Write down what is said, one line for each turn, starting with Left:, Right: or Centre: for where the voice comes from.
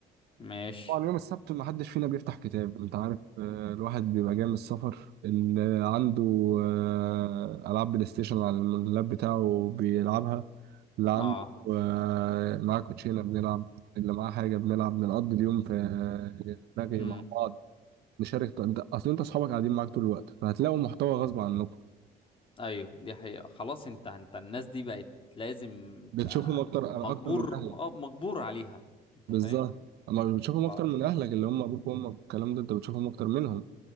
Left: ماشي
Right: طبعا يوم السبت ما حدش فينا بيفتح كتاب انت عارف آه، الواحد بيبقى جاي من السفر اللي عنده آه، ألعاب بلاي ستيشن على اللاب بتاعه بيلعبها اللي عنده
Left: اه
Right: آه، معاه كوتشينة بنلعب اللي معاه حاجة بنلعب بنقضي اليوم في آه، رغي
Left: امم
Right: مع بعض نشارك انت اصل انت اصحابك قاعدين معاك طول الوقت فهتلاقوا محتوى غصب عنكم
Left: ايوه دي حقيقة خلاص انت انت الناس دي بقت لازم انت
Right: بتشوفهم اكتر
Left: مجبور
Right: اكتر من اهلك
Left: اه مجبور عليها انت
Right: بالظبط
Left: فاهم
Right: اما مش بتشوفهم
Left: اه
Right: اكتر من اهلك اللي هم ابوك وامك والكلام ده انت بتشوفهم اكتر منهم